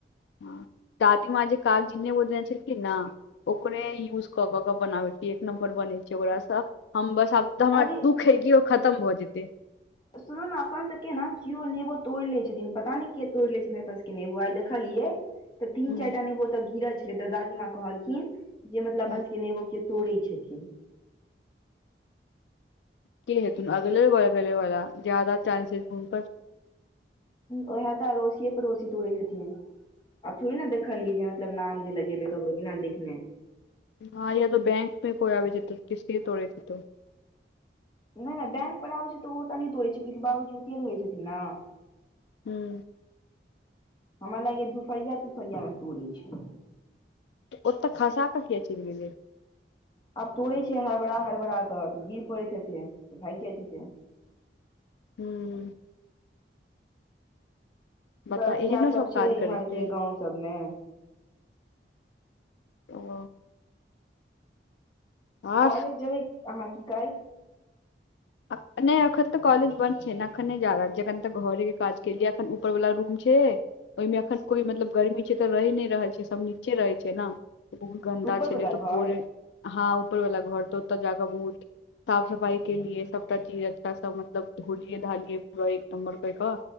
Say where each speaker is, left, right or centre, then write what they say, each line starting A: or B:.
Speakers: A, on the left (about 75°); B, on the left (about 25°).
A: हँ, दादीमाँ जे कागजी नेबो देने छलखिन न। ओकरे यूज कऽ कऽ बनाबै छियै, एक नम्बर बनै छै ओकरासँ हम बस। सभ तऽ हमर
B: अरे
A: दुःख छै कि ओ खतम भऽ जेतै।
B: सुनू ने, अपन सभके ने केओ नेबो तोड़ि लै छथिन, पता नहि के तोड़ि लै छथिन, बस। नेबो आइ देखलियै तऽ तीन
A: हम्म,
B: चारि टा नेबो ओतऽ गिरल छलै तऽ दादी माँ कहलखिन जे मतलब
A: हम्म।
B: अपना सभ नेबो केओ तोड़ै छथिन।
A: के हेथून अगले बगले वाला जादा चान्सेस हुनकर
B: ओहे तऽ अड़ोसिए पड़ोसी तोड़े छथिन, आब थोड़ी ने देखलियै ये। मतलब नाम जे लगेबै ककरो बिना देखने
A: हँ या तऽ बैंक पे कोइ आबै छै त किछ किछ तोड़ैत हेतो
B: नहि नहि बैंक पर आबै छै तऽ ओतऽ नहि तोड़ै छै क्यिकी बाबूजी ओते रहै छथिन ने
A: हूँ
B: हमरा लागैये दुपहरिया तूपहरिया में तोड़े छै
A: ओतऽ खसा कऽ किया चलि गेलै
B: आब तोड़े छै हरबरा हरबरा के तऽ गिर पड़ैत हेतै तऽ भागि जाइत हेतै
A: हूँ बता
B: बस
A: एहनो
B: इएह सब छै
A: काज करै
B: इम्हरके
A: छै
B: गामसभमे।
A: ओ आर
B: कॉलेज जेबै अहाँ की काल्हि
A: नहि, एखन तऽ कॉलेज बन्द छै ने, एखन नहि जा रहल छियै। एखन तऽ घरेके काज केलियै, एखन ऊपरवला रूम छै। ओहिमे एखन कोइ मतलब गर्मी छै तऽ रहि नहि रहल छै सभ नीचे रहैत छै ने बहुत गन्दा
B: ऊपर
A: छलै
B: वला
A: त
B: घर
A: भोरे हँ, ऊपरवला घर तऽ ओतऽ जाकऽ बहुत साफ-सफाइ केलियै। सबटा चीज अच्छासँ मतलब धोलियै धालियै पूरा एक नम्बर कय कऽ